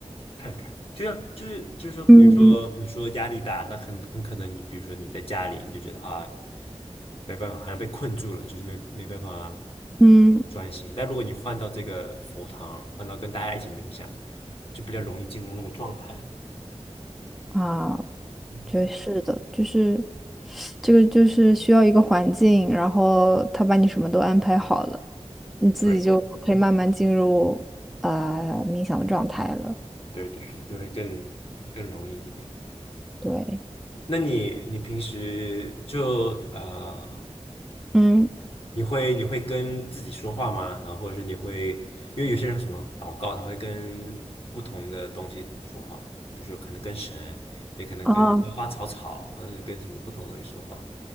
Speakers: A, on the left; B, in the centre.
A: 看开，就像就是就是说，
B: <laughs> 嗯。
A: 比如说你说压力大，那很很可能你比如说你在家里你就觉得啊，没办法，好像被困住了，就是没没办法
B: 嗯
A: 专心。但如果你换到这个佛堂，换到跟大家一起冥想，就比较容易进入那个状态。
B: 啊，我
A: 嗯，
B: 觉得是的，就是这个就是需要一个环境，然后他把你什么都安排好了，你自己就可以慢慢进入啊、
A: 对
B: 呃冥想的状态了。
A: 对对对，就会更更容易一点。
B: 对，
A: 那你你平时就呃，
B: 嗯
A: 你会你会跟自己说话吗？然后或者是你会，因为有些人什么祷告，他会跟不同的东西说话，比如说可能跟神，也可能跟花花草草，
B: 啊，
A: 或者跟什么不同的东西说话。